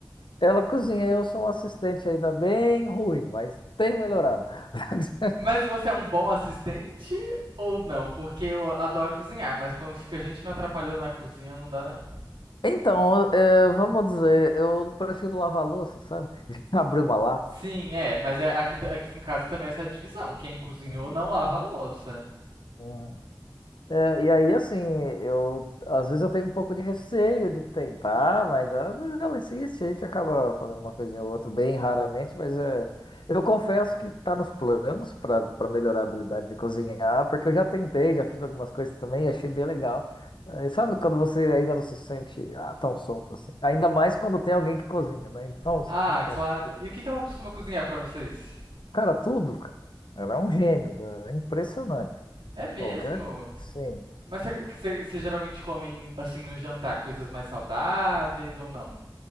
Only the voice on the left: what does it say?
Ela cozinha, eu sou um assistente ainda bem ruim, mas tem melhorado. <laughs>
Então, eh, vamos dizer, eu prefiro lavar a louça, sabe? <laughs> Abrir uma lata.
Hum,
hum. Eh, e aí, assim, eu às vezes eu tenho um pouco de receio de tentar, mas às vezes ela insiste, a gente acaba fazendo uma coisinha ou outra, bem raramente, mas é, eu confesso que tá nos planos para para melhorar a habilidade de cozinhar, porque eu já tentei, já fiz algumas coisas também e achei bem legal. É, E sabe quando você ainda não se sente ah, tão solto assim? Ainda mais quando tem alguém que cozinha, né? Então
você fica.
Cara, tudo, cara. Ela é um gênio, da- é impressionante.
Qualquer, coisa. sim.